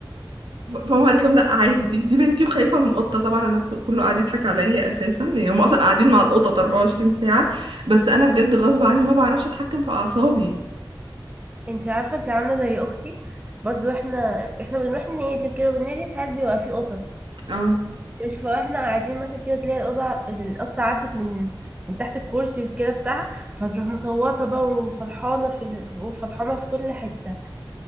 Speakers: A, on the right; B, on the right.
A: فماما قالت لهم لا عادي دي دي بنتي وخايفه من قطه طبعا الناس كله قاعد يضحك عليا اساسا يعني هم اصلا قاعدين مع القطط 24 ساعه بس انا بجد غصب عني ما بعرفش اتحكم في اعصابي
B: انت عارفة انت عاملة زي أختي برضو احنا احنا بنروح النادي وكده والنادي ساعات بيبقى فيه قطط
A: اه
B: شوف احنا قاعدين مثلا كده تلاقي القطة القطة عدت من من تحت الكرسي وكده بتاعها فتروح مصوتة بقى وفرحانة في ال... وفرحانة في كل حتة